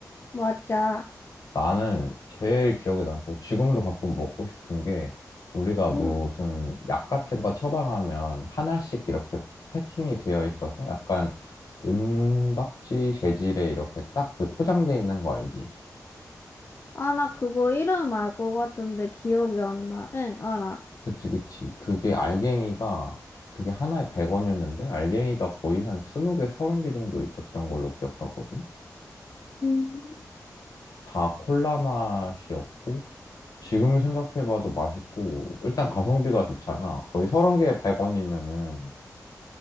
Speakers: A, on the left; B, on the left.
A: 맞아.
B: 나는 제일 기억에 남고 지금도 가끔 먹고 싶은 게 우리가 무슨
A: 응.
B: 약 같은 거 처방하면 하나씩 이렇게 패킹이 되어 있어서 약간 은박지 재질에 이렇게 딱 그 포장돼 있는 거 알지?
A: 아, 나 그거 이름 알 것 같은데 기억이 안 나. 응, 알아.
B: 그치, 그치. 그게 알갱이가 그게 하나에 100원이었는데 알갱이가 거의 한 20개, 30개 정도 있었던 걸로 기억하거든.
A: 음.
B: 다 콜라 맛이었고, 지금 생각해봐도 맛있고, 일단 가성비가 좋잖아. 거의 서른 개에 100원이면은,